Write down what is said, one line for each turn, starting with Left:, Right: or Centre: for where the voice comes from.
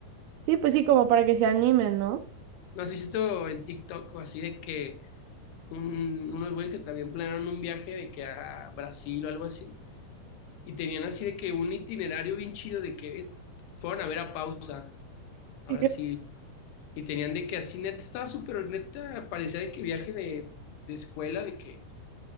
Right: Sí, pues sí, como para que se animen, ¿no?
Left: ¿No has visto en TikTok o así de que un- unos güeyes que también planearon un viaje de que a Brasil o algo así? Y tenían así de que un itinerario bien chido de que es- fueron a ver a Pausa
Right: ¿Qué
Left: a Brasil.
Right: crees,
Left: Y tenían de que así neta estaba súper neta, parecía de que viaje de, de escuela, de que